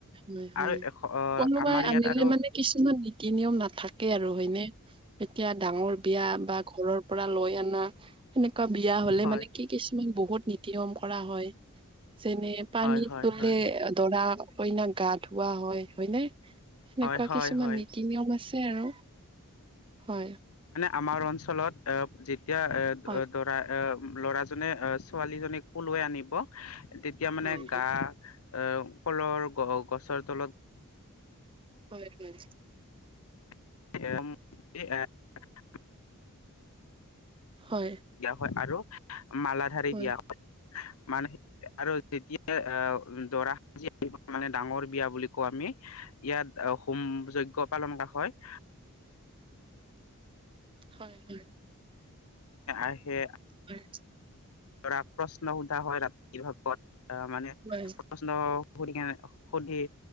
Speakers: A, on the right; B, on the left.
A: হয় হয়।
B: আৰু এ
A: পলুৱাই
B: আমাৰ ইয়াত
A: আনিলে
B: আৰু
A: মানে কিছুমান নীতি নিয়ম নাথাকে আৰু হয়নে? এতিয়া ডাঙৰ বিয়া বা ঘৰৰ পৰা লৈ অনা সেনেকুৱা বিয়া হলে
B: হয়
A: মানে কি কিছুমান বহুত নীতি নিয়ম কৰা হয়। যেনে পানীত
B: হয় হয়
A: তলে
B: হয়
A: দৰা কইনাক গা ধুওৱা হয় হয়নে? সেনেকুৱা
B: হয় হয়
A: কিছুমান
B: হয়
A: নীতি-নিয়ম আছে আৰু, হয়
B: আমাৰ অঞ্চলত যেতিয়া
A: হয়,
B: দৰা ল'ৰাজনে ছোৱালীজনীক পলোৱাই আনিব তেতিয়া মানে
A: হয়, হয়,
B: গা এ কলৰ গছৰ তলত
A: হয় হয়।
B: <unintelligible>
A: হয়,
B: হয় আৰু মালা ধাৰি
A: হয়,
B: দিয়া হয়। মানে আৰু যেতিয়া আহ দৰা সাজি আহিব মানে ডাঙৰ বিয়া বুলি কোৱা আমি ইয়াত আহ হোম-যজ্ঞ পালন কৰা হয়।
A: হয় হয়।
B: আহে
A: হয়।
B: ধৰা প্ৰশ্ন সোধা হয় ৰাতি ভাগত, আহ মানে
A: হয়,
B: প্ৰশ্ন সুধিকেনে, সুধি